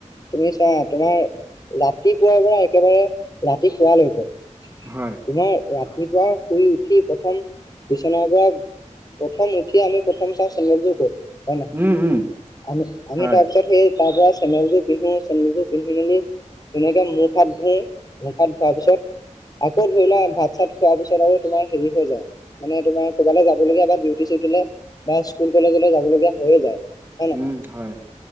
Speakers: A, on the left; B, on the right.
A: তুমি চোৱা তোমাৰ ৰাতিপুৱাৰ পৰা একেবাৰে ৰাতিশোৱালৈকে
B: হয়।
A: তোমাৰ ৰাতিপুৱা শুই উঠি প্ৰথম বিচনাৰ পৰা প্ৰথম উঠি আমি প্ৰথম চাওঁ চেন্দেল জোৰ ক'ত, হয়, নহয়
B: উম উম
A: আমি
B: হয়
A: তাৰপিছত সেই তাৰ পৰা চেণ্ডেল যোৰ পিন্ধি চেণ্ডেল যোৰ পিন্ধিনি ধুনিয়াকৈ মুখ, হাত, ধুই ধোৱাৰ পিছত আকৌ ধৰি লোৱা, ভাত, চাত, খোৱাৰ পিছত আৰু তোমাৰ হেৰি হৈ যাই মানে, তোমাৰ, ক'ৰবালৈ যাবলগীয়া বা দিউতি চিউটি বা স্কুল কলেজলৈ যাবলগীয়া হৈয়ে যায় হয় নহয়,
B: উম হয়